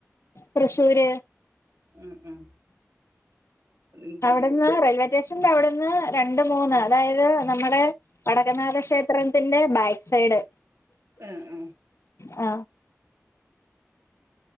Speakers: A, on the left; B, on the right.
A: തൃശ്ശൂര്
B: ഉം ഉം അതെനിക്കറിയില്ല
A: അവിട്ന്ന് റെയിൽവേ സ്റ്റേഷ <unintelligible> അവിടുന്ന് രണ്ട് മൂന്ന്
B: ഉം
A: അതായത് നമ്മടെ വടക്കനാഥ ക്ഷേത്രത്തിന്റെ ബാക്ക് സൈഡ്
B: മ് ഹ്
A: ആ